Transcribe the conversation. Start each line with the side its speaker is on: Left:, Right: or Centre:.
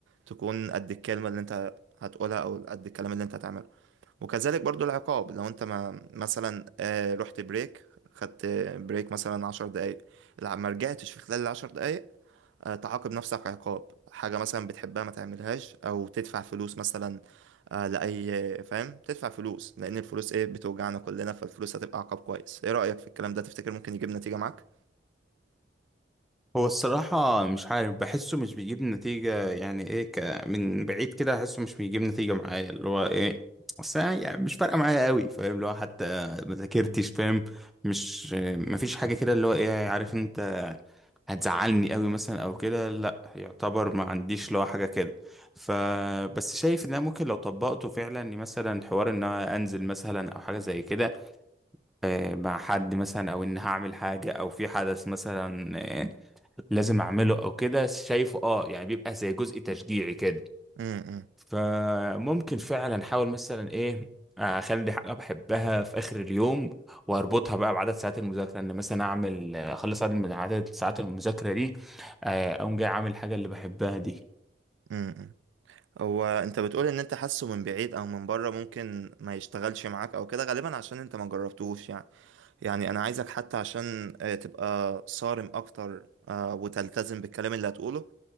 Right: تكون قد الكلمه اللي انت هتقولها او قد الكلام اللي انت هتعمله وكذلك برضو العقاب لو انت ما مثلا آه، رحت بريك خدت بريك مثلا عشر دقايق لا، ما رجعتش في خلال العشر دقايق آه، تعاقب نفسك عقاب حاجة مثلا بتحبها ما تعملهاش أو تدفع فلوس مثلا آه، لأي فاهم تدفع فلوس لأن الفلوس إيه بتوجعنا كلنا فالفلوس هتبقى عقاب كويس إيه رأيك في الكلام ده تفتكر ممكن يجيب نتيجة معاك؟
Centre: هو الصراحة مش عارف بحسه مش بيجيب نتيجة يعني ايه ك... من بعيد كده احسه مش بيجيب نتيجة معايا اللي هو ايه بس أنا يعني مش فارقة معايا قوي فاهم اللي هو حتى ما ذاكرتش فاهم مش مفيش حاجة كده اللي هو ايه عارف انت هتزعلني قوي مثلا او كده لا يعتبر ما عنديش لو حاجه كده فبس شايف ان انا ممكن لو طبقته فعلا إني مثلا حوار ان انا انزل مثلا او حاجه زي كده آه، مع حد مثلا او ان هعمل حاجه او في حدث مثلا آه، لازم اعمله او كده شايفه اه يعني بيبقى زي جزء تشجيعي كده
Right: امم
Centre: فممكن فعلا احاول مثلا ايه اخلي حاجه بحبها في اخر اليوم واربطها بقى بعدد ساعات المذاكره ان مثلا اعمل اخلص عدد من عدد ساعات المذاكره دي آه، اقوم جاي عامل الحاجه اللي بحبها دي
Right: امم هو انت بتقول ان انت حاسه من بعيد او من بره ممكن ما يشتغلش معاك او كده غالبا عشان انت ما جربتوش يعني يعني انا عايزك حتى عشان آه، تبقى صارم اكتر آه، وتلتزم بالكلام اللي هتقوله